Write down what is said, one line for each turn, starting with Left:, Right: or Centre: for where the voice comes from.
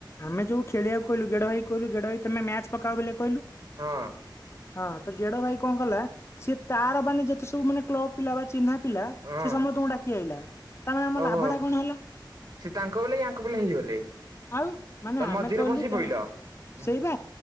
Left: ଆମେ ଯୋଉ ଖେଲିବାକୁ କହିଲୁ ଗେଡ଼ ହୋଇ କହିଲୁ ଗେଡ଼ହ ତମେ ମ୍ୟାଚ୍ ପକାଅ ବୋଲି କହିଲୁ
Right: ହଁ
Left: ହଁ ତ ଗେଡ ଭାଇ କଣ କଲା ସିଏ ତାର ବାନେ ଯେତେ ସବୁ ମାନେ କ୍ଲବ୍ ପିଲା ବା ଚିହ୍ନା ପିଲା
Right: ହଁ
Left: ସେ ସମସ୍ତଙ୍କୁ ଡାକି ଆଇଲା ତାମାନେ ଆମ
Right: ଓହୋ
Left: ଲାଭ ଟା କଣ ହେଲା?
Right: ସେ ତାଙ୍କ ବଲେ ୟାଙ୍କ ବଲେ ହେଇଗଲେ ତମେ
Left: ଆଉ ମାନେ ଆମେ
Right: ମଝିରେ
Left: କହିଲୁ
Right: ବସି
Left: ତ
Right: ପଇଲ। ହଁ
Left: ସେଇ ବା